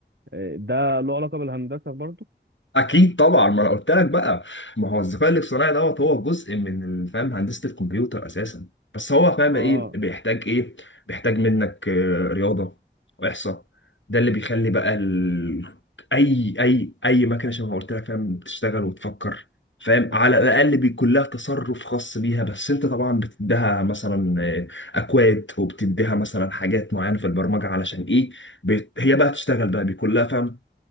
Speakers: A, on the right; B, on the left.
A: آه، ده له علاقة بالهندسة برضه
B: اكيد طبعا ما انا قلت لك بقى ما هو الذكاء الاصطناعي دوت هو جزء من ال- فاهم هندسه الكمبيوتر اساسا بس هو فاهم
A: اه
B: ايه بيحتاج ايه بيحتاج منك آه، رياضه واحصاء ده اللي بيخلي بقى ال... اي اي اي مكنه شبه ما قلت لك فاهم بتشتغل وتفكر فاهم
A: اه
B: على الاقل بيكون لها تصرف خاص بيها بس انت طبعا بتديها مثلا آه، اكواد وبتديها مثلا حاجات معينه في البرمجه علشان ايه بت... هي بقى تشتغل بقى بيكون لها فاهم